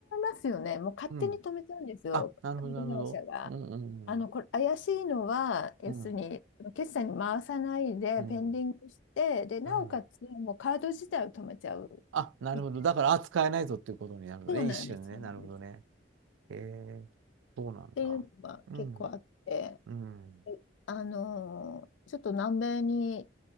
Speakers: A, on the left (about 75°); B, on the right (about 85°).
A: ますよね。もう勝手に止めちゃうんですよ、
B: うん。あ、なるほど、
A: カード会社が。
B: なるほど。うん、
A: あの、
B: うん、
A: これ、怪しいのは、要するに、
B: うん。う
A: 決済に回さないで、
B: ん、うん。
A: ペンディングして、で、なおかつ、
B: うん。
A: もうカード自体を止めちゃう。
B: あ、なるほど。
A: み
B: だから、あ、使えないぞっていうことになるのね。
A: そうなんです、
B: 一瞬ね。
A: そうなんです。
B: なるほどね。
A: っ
B: えー、そうなんだ。
A: ていうのが結構あって、
B: うん。うん。
A: であのーちょっと南米に